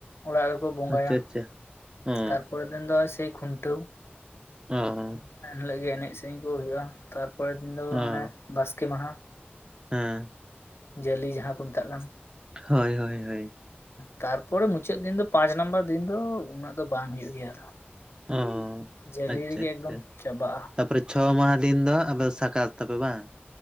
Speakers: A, on the left; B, on the right.
A: ᱚᱲᱟᱜ ᱨᱮᱠᱚ ᱵᱚᱸᱜᱟᱭᱟ
B: ᱟᱪᱪᱷᱟ ᱟᱪᱪᱷᱟ ᱚ
A: ᱛᱟᱨ ᱯᱚᱨᱮ ᱫ ᱢᱮᱱ ᱫᱚ ᱟᱨ ᱥᱤᱭ ᱠᱷᱩᱱᱴᱟᱹᱣ᱾
B: ᱚᱦᱚ᱾
A: ᱮᱱᱦᱤᱞᱟᱹᱜ ᱜᱮ ᱮᱱᱮᱡ ᱥᱮᱨᱮᱧ ᱠᱚ ᱦᱩᱭᱩᱜᱼᱟ ᱛᱟᱨ ᱯᱚᱨᱮᱨ ᱫᱤᱱ ᱫᱚ
B: ᱚ
A: ᱚᱱᱮ ᱵᱟᱥᱠᱮ ᱢᱟᱦᱟ
B: ᱦᱮᱸ᱾
A: ᱡᱟᱹᱞᱤ ᱡᱟᱦᱟᱸ ᱠᱚ ᱢᱮᱛᱟᱜ ᱠᱟᱱ᱾
B: ᱦᱚᱭ ᱦᱚᱭ ᱦᱚᱭ᱾
A: ᱛᱟᱨ ᱯᱚᱨᱮ ᱢᱩᱪᱟᱹᱫ ᱫᱤᱱ ᱫᱚ ᱯᱟᱸᱪ ᱱᱟ. ᱢᱵᱟ. ᱨ ᱫᱤᱱ ᱫᱚ ᱩᱱᱟᱹᱜ ᱫᱚ ᱵᱟᱝ ᱦᱩᱭᱩᱜ ᱜᱮᱭᱟ᱾
B: ᱚ
A: ᱡᱟᱹᱞᱤ
B: ᱟᱪᱪᱷᱟ
A: ᱨᱮ ᱜᱮ
B: ᱟᱪᱪᱷᱟ
A: ᱮᱠᱫᱚᱢ ᱪᱟᱵᱟ᱾
B: ᱛᱟᱯᱚᱨᱮ ᱪᱷᱚ ᱢᱟᱦᱟ ᱫᱤᱱ ᱫᱚ ᱟᱫᱚ ᱥᱟᱠᱨᱟᱛ ᱛᱟᱯᱮ ᱵᱟᱝ?